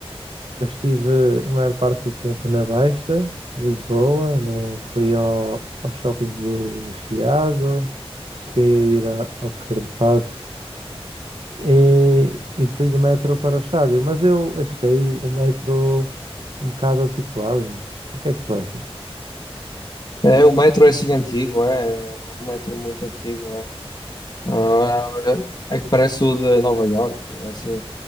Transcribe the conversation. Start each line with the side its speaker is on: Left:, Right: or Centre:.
Right: Eu estive a maior parte do tempo na Baixa, de Lisboa, no, fui ao, ao shopping do Chiado, cheguei a ir a- ao Terreiro do Paço e, e fui do metro para o estádio. Mas eu achei o metro um bocado antiquado. O que é que tu achas?
Left: É, o metro é assim antigo, é. Um metro muito antigo, é. Ah, é, é que parece o de Nova York, é assim,